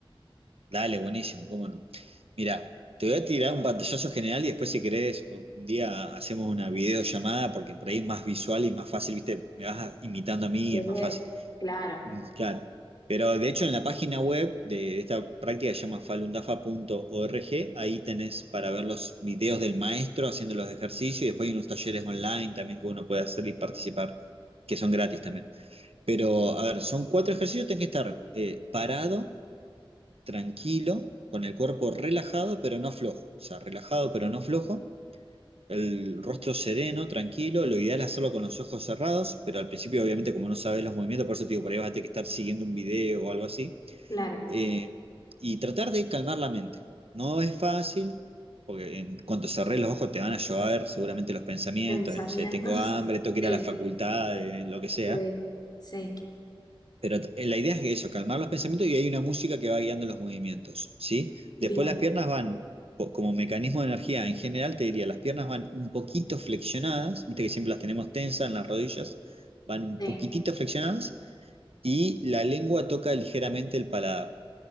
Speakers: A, on the right; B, on the left.
A: Dale, buenísimo, cómo no. Mira, te voy a tirar un pantallazo general y después si querés un día hacemos una videollamada porque por ahí es más visual y más fácil, viste, me vas imitando a mí
B: de
A: y es
B: ver
A: más fácil.
B: claro,
A: Mm, Claro. Pero de hecho en la página web de esta práctica que se llama falundafa.org, ahí tenés para ver los videos del maestro haciendo los ejercicios y después hay unos talleres online también que uno puede hacer y participar, que son gratis también. Pero, a ver, son cuatro ejercicios, tenés que estar eh, parado tranquilo, con el cuerpo relajado pero no flojo, o sea, relajado pero no flojo, el rostro sereno, tranquilo, lo ideal es hacerlo con los ojos cerrados, pero al principio obviamente como no sabes los movimientos, por eso te digo, por ahí vas a tener que estar siguiendo un video o algo así,
B: claro.
A: eh, y tratar de calmar la mente. No es fácil, porque en cuanto cerrés los ojos te van a llover seguramente los pensamientos
B: Pensamientos.
A: de, no sé, tengo hambre, tengo que
B: <laughs>
A: ir a la facultad,
B: Sí,
A: de lo que sea.
B: sí, sí.
A: Pero t- eh, la idea es que eso, calmar los pensamientos y hay una música que va guiando los movimientos, ¿sí?
B: Bien.
A: Después las piernas van, po- como mecanismo de energía, en general te diría, las piernas van un poquito flexionadas, viste que siempre las tenemos tensas en las rodillas, van un
B: Sí,
A: poquitito flexionadas y la lengua toca ligeramente el paladar,